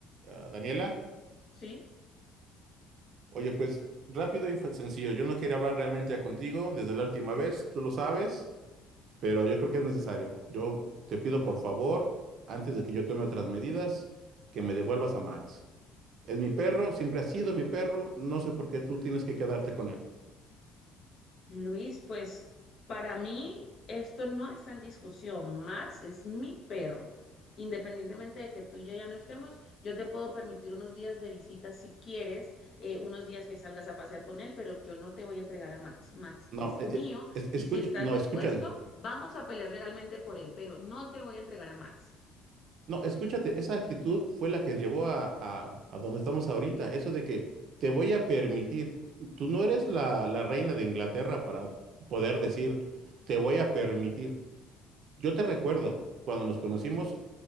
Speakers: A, on the right; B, on the left.
A: Ah, Daniela,
B: Sí,
A: oye, pues rápido y fa- sencillo. Yo no quería hablar realmente ya contigo desde la última vez, tú lo sabes, pero yo creo que es necesario. Yo te pido por favor, antes de que yo tome otras medidas, que me devuelvas a Max. Es mi perro, siempre ha sido mi perro, no sé por qué tú tienes que quedarte con él.
B: Luis, pues para mí esto no está en discusión. Max es mi perro. Independientemente de que tú y yo ya no estemos, yo te puedo permitir unos días de visita si quieres, eh, unos días que salgas a pasear con él, pero yo no te voy a entregar a Max. Max
A: No,
B: es
A: eh,
B: mío
A: eh, es- escucha,
B: y si estás
A: no,
B: dispuesto,
A: escucha.
B: vamos a pelear legalmente por él, pero no te voy a entregar a Max.
A: No, escúchate, esa actitud fue la que llevó a, a- a donde estamos ahorita. Eso de que te voy a permitir, tú no eres la, la reina de Inglaterra para poder decir, te voy a permitir. Yo te recuerdo, cuando nos conocimos,